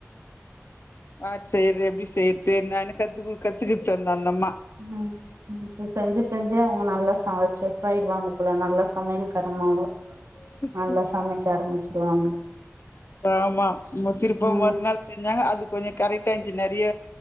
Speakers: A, on the left; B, on the right.
A: அ சேரி அப்டி சேரி சேரி நானு கத்து குடு கத்துக்கிச்சி அந் தந்தம்மா
B: ம் ம் இப்டி செஞ்சி செஞ்சி அவங்க நல்லா சமச்சி பொயிடுவாங்க போல நல்லா சமையல்காரனாவே
A: <inaudible>
B: நல்லா சமைக்க ஆரம்பிச்சிருவாங்க
A: ஆமா ம திருப்பவு
B: ம்
A: மறுநாள் செஞ்சாங்க அது கொஞ்ச கரெக்டாந்ச்சு நறைய